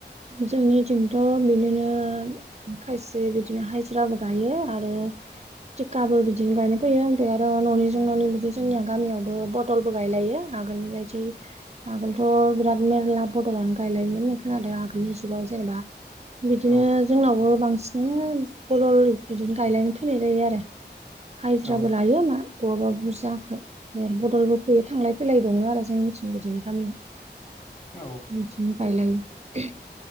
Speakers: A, on the right; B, on the left.
A: जोंनिथिंथ' बिदिनो खायसे बिदिनो हाजिराबो गायो आरो टिखाबो बिदिनो गायनो फैयो ओमफ्राय आरो न'निजों न'नि बिदि जोंनिया गामियावबो बदलबो गायलायो आगोलनि बायदि आगोलथ' बिराद मेरला बदलानो गायलायोमोन होननाय खोनादो आगोल- बिनि जुगाव जेनेबा बिदिनो
B: औ
A: जोंनावबो बांसिनानो बदल बिदिनो गायलायनो फैनाय जायो आरो हाइज्राबो
B: औ
A: लायो मा बहाबा बुजाखो बदलबो फैयो थांलाय फैलाय दङ आरो जोंनिथिं बिदिनो गामियाव <inaudible>
B: औ
A: बिदि गायलायो।